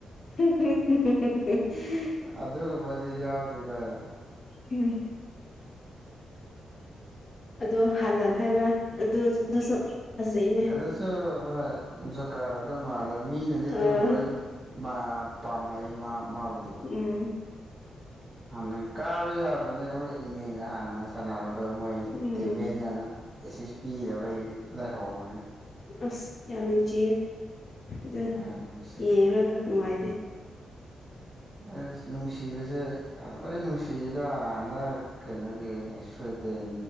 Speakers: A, on the left (about 50°); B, on the right (about 25°).
A: <unintelligible>
B: ꯑꯗꯨꯒꯨꯝꯕꯗꯤ ꯌꯥꯎꯗꯦ ꯀꯣꯏ
A: ꯎꯝ ꯑꯗꯣ ꯍꯥꯟꯅꯟ ꯍꯥꯏꯕ꯭ꯔꯥ ꯑꯗꯨ ꯑꯗꯨꯁꯨ ꯐꯖꯩꯅꯦ
B: ꯑꯗꯨꯁꯨ ꯍꯣꯏ ꯖꯣꯀꯥꯔ ꯑꯗꯨꯝ ꯃꯥꯜꯂꯦ ꯃꯤꯅꯗꯤ ꯑꯗꯨꯝ
A: ꯑꯥ
B: ꯂꯣꯏ ꯃꯥ ꯄꯥꯝꯅꯩ ꯃꯥ ꯃꯥꯕꯨꯗꯤ
A: ꯎꯝ
B: ꯍꯥꯟꯅ ꯀꯥꯕ ꯌꯥꯕꯅꯦ ꯃꯣꯏ ꯏꯪꯅꯦꯛꯒ ꯍꯥꯟꯅ ꯁꯥꯟꯅꯕꯗꯣ ꯃꯣꯏ
A: ꯎꯝ
B: ꯇꯤꯝꯃꯦꯠꯅ ꯑꯦꯁꯤꯁ ꯄꯤꯗꯕꯩ ꯂꯩꯥꯍꯧꯕꯅꯦ
A: ꯑꯁ ꯌꯥꯝ ꯅꯨꯡꯆꯤꯌꯦ ꯑꯗꯨ
B: ꯍꯣꯏ ꯅꯨꯡꯁꯤ
A: ꯌꯦꯡꯔꯒ ꯅꯨꯡꯉꯥꯏ
B: ꯑꯁ ꯅꯨꯡꯁꯤꯕꯁꯦ ꯂꯣꯏ ꯅꯨꯡꯁꯤꯏꯗꯥ ꯍꯟꯗꯛ ꯀꯩꯅꯣꯒꯤ ꯁ꯭ꯋꯦꯗꯦꯟ